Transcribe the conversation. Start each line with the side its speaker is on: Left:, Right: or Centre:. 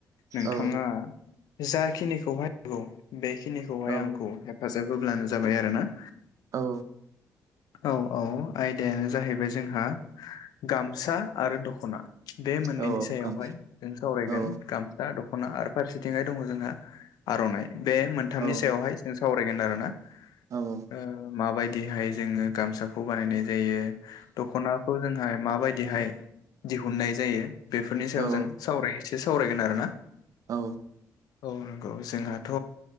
Left: नोंथाङा
Right: औ
Left: जाखिनिखौहाय गौ बेखिनिखौहाय
Right: औ
Left: आंखौ हेफाजाब होब्लानो जाबाय आरो ना
Right: औ
Left: औ औ आयदायानो जाहैबाय जोंहा गामसा आरो दख'ना। बे मोननैनि
Right: औ
Left: सायावहाय
Right: गामसा
Left: जों सावरायगोन
Right: औ
Left: गामसा दख'ना आरोब फारसेथिंहाय दङ जोंहा आर'नाइ बे मोनथामनि
Right: औ
Left: सायावहाय जों सावरायगोन आरोना
Right: औ अ
Left: ओ माबायदिहाय जोङो गामसाखौ बानायनाय जायो दखनाखौ जोंहाय माबायदि दिहाय दिहुननाय जायो बेफोरनि सायाव
Right: औ
Left: जों सावराय एसे सावरायगोन आरोना
Right: औ
Left: औ नंगौ जोंहाथ'